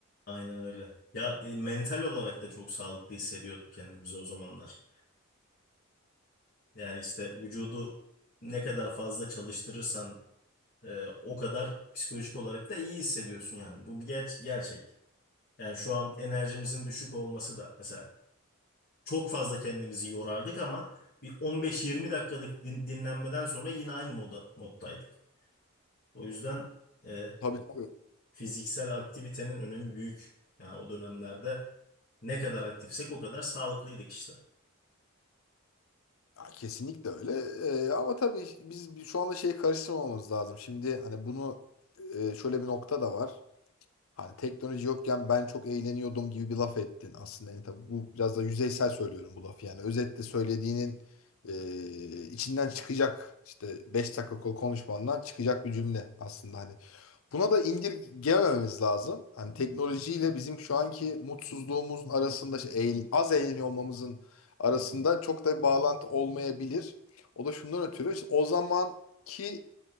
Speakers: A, on the left; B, on the left.
A: Aynen öyle. Ya e, mental olarak da çok sağlıklı hissediyorduk kendimizi o zamanlar. Yani işte vücudu ne kadar fazla çalıştırırsan Ee, o kadar psikolojik olarak da iyi hissediyorsun yani. Bu bir ger- gerçek. Yani şu an enerjimizin düşük olması da mesela çok fazla kendimizi yorardık ama bir 15-20 dakikalık din- dinlenmeden sonra yine aynı moda moddaydık. O yüzden e,
B: Tabii tabii.
A: fiziksel aktivitenin önemi büyük. Yani o dönemlerde ne kadar aktifsek o kadar sağlıklıydık işte.
B: Ya kesinlikle öyle. Ee, ama tabii biz şu anda şeyi karıştırmamamız lazım. Şimdi hani bunu e, şöyle bir nokta da var. Hani teknoloji yokken ben çok eğleniyordum gibi bir laf ettin aslında. Yani tabii bu biraz da yüzeysel söylüyorum bu lafı. Yani özetle söylediğinin e, içinden çıkacak işte 5 dakika ko- konuşmandan çıkacak bir cümle aslında. Hani buna da indirgemememiz lazım. Hani teknolojiyle bizim şu anki mutsuzluğumuzun arasında işte eğl- az eğleniyor olmamızın arasında çok da bir bağlantı olmayabilir. O da şundan ötürü işte o zamanki